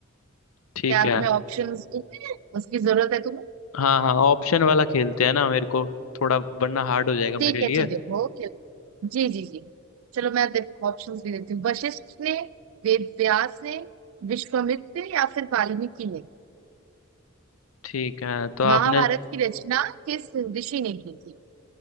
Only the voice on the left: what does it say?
ठीक
है
हाँ हाँ ऑप्शन वाला खेलते हैं ना मेरे को थोड़ा वरना हार्ड हो जाएगा मेरे
लिए
ठीक है तो आपने